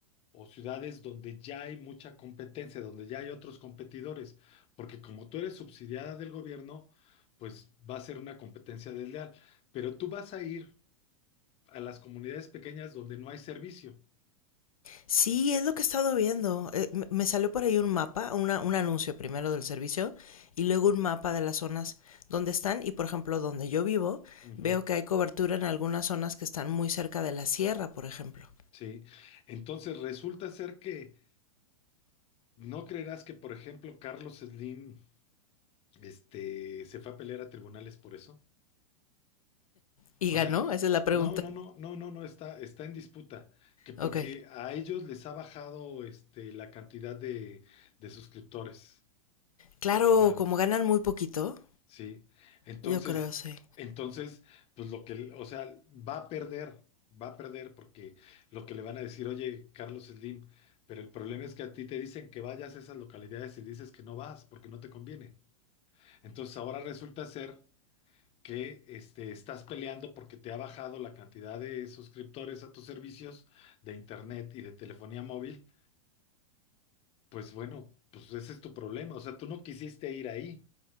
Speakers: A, on the left (about 35°); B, on the left (about 80°).
A: o ciudades donde ya hay mucha competencia, donde ya hay otros competidores, porque como tú eres subsidiada del gobierno, pues va a ser una competencia desleal. Pero tú vas a ir a las comunidades pequeñas donde no hay servicio.
B: Sí, es lo que he estado viendo. Eh, me- me salió por ahí un mapa, una- un anuncio primero del servicio y luego un mapa de las zonas donde están y por ejemplo donde yo vivo
A: Ujú,
B: veo que hay cobertura en algunas zonas que están muy cerca de la sierra, por ejemplo.
A: Sí, entonces resulta ser que no creerás que, por ejemplo, Carlos Slim, este, se fue a pelear a tribunales por eso.
B: ¿Y
A: O
B: ganó?
A: sea,
B: Esa es la pregunta.
A: no, no, no, no, no, no está, está en disputa, que porque
B: Ok.
A: a ellos les ha bajado, este, la cantidad de, de suscriptores,
B: Claro,
A: de abonados.
B: como ganan muy poquito,
A: Sí, entonces,
B: yo creo sí.
A: entonces, pues lo que, o sea, va a perder, va a perder porque lo que le van a decir, oye, Carlos Slim, pero el problema es que a ti te dicen que vayas a esas localidades y dices que no vas porque no te conviene. Entonces ahora resulta ser que este, estás peleando porque te ha bajado la cantidad de suscriptores a tus servicios de internet y de telefonía móvil. Pues bueno, pues ese es tu problema, o sea, tú no quisiste ir ahí.